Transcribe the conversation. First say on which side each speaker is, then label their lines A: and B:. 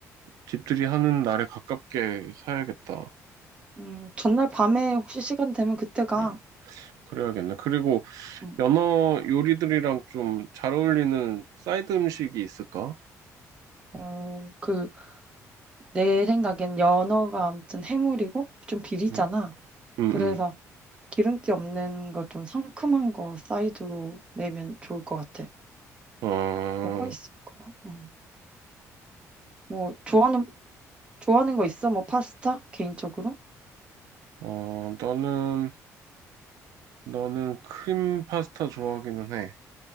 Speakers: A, on the right; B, on the right.
A: 집들이 하는 날에 가깝게 사야겠다.
B: 음, 전날 밤에 혹시 시간 되면 그때가,
A: 음, 그래야겠네. 그리고
B: 음,
A: 연어 요리들이랑 좀 잘 어울리는 사이드 음식이 있을까?
B: 어, 그, 내 생각엔 연어가 아무튼 해물이고, 좀 비리잖아.
A: 음, 음,
B: 그래서 기름기 없는 거 좀 상큼한 거 사이드로 내면 좋을 것 같아.
A: 음.
B: 뭐가 있을까?
A: 어,
B: 음. 뭐, 좋아하는, 좋아하는 거 있어? 뭐, 파스타? 개인적으로?
A: 어, 나는 나는 크림 파스타 좋아하기는 해.